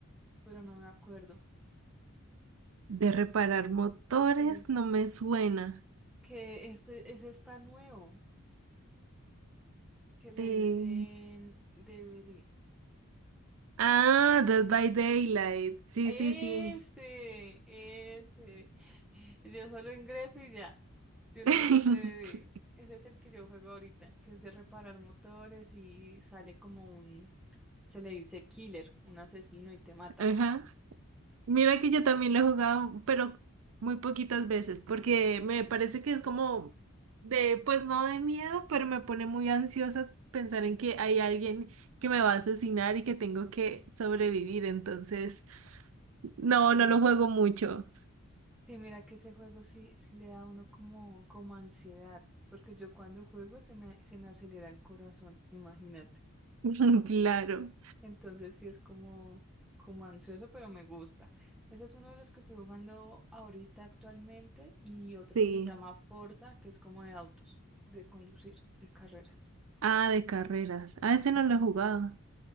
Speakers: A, in the centre; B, on the right (about 65°).
A: pero no me acuerdo.
B: De reparar motores
A: Sí.
B: no me suena.
A: que ese, ese está nuevo, que le
B: Eh,
A: dicen DVD.
B: Ah, Dead by Daylight. Sí,
A: Ese,
B: sí, sí.
A: ese. Yo solo ingreso y ya. Yo le
B: <laughs>
A: digo es DVD. Ese es el que yo juego ahorita, que es de reparar motores y sale como un, se le dice killer, un asesino y te mata.
B: Ajá. Mira que yo también lo he jugado, pero muy poquitas veces, porque me parece que es como de, pues no de miedo, pero me pone muy ansiosa pensar en que hay alguien que me va a asesinar y que tengo que sobrevivir. Entonces, no,
A: Sí.
B: no lo juego mucho.
A: Sí, mira que ese juego sí, sí le da a uno como, como ansiedad, porque yo cuando juego se me, se me acelera el corazón, imagínate.
B: <laughs> Claro.
A: Entonces sí es como, como ansioso, pero me gusta. Ese es uno de los que estoy jugando ahorita actualmente y otro
B: Sí.
A: que se llama Forza, que es como de autos, de conducir, de carreras.
B: Ah, de carreras. Ah, ese
A: Ujú.
B: no lo he jugado.